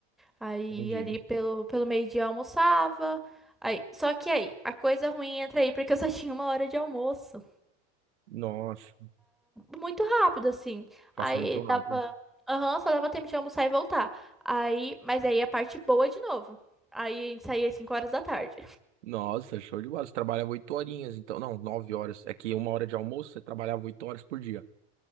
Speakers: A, in the centre; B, on the right.
A: Aí
B: entendi.
A: ali pelo, pelo meio-dia eu almoçava. Aí, só que aí, a coisa ruim entra aí porque eu só <laughs> tinha uma hora de almoço.
B: Nossa,
A: Muito rápido, assim.
B: passa
A: Aí
B: muito
A: dava.
B: rápido.
A: Aham, só dava tempo de almoçar e voltar. Aí, mas aí a parte boa de novo. Aí a gente saía às 5 horas da tarde.
B: Nossa, show de bola. Você trabalhava oito horinhas, então. Não, nove horas. É que uma hora de almoço, você trabalhava oito horas por dia.